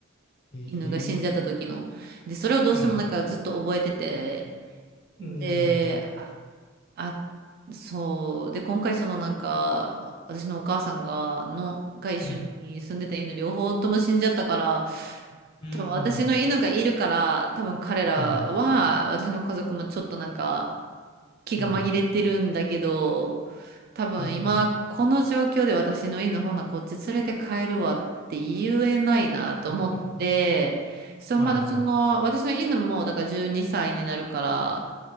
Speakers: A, on the left; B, on the right.
A: え
B: 犬が死んじゃった時の。
A: え、
B: で、それをどうしてもなんかずっと覚えてて、
A: うん、うん、
B: で、あ、そう。で、今回そのなんか、私のお母さんが、の、が一緒に住んでた犬両方とも死んじゃったから、
A: うん、うん、
B: 多分私の犬がいるから、多分彼らは、
A: うん、
B: 私の家族もちょっとなんか、気が紛れてるんだけど、
A: うん、
B: 多分今この状況で私の犬ほなこっち連れて帰るわって言えないなと思って、
A: うん、うん、あ、
B: そう、
A: はいはい、
B: まだその私の犬もだから12歳にさいになるから、